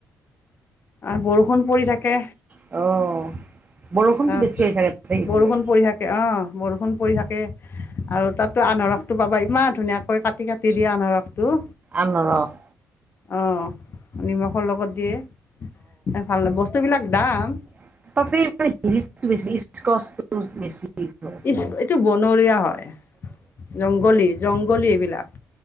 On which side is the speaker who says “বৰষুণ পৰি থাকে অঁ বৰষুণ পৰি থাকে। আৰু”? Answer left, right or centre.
Left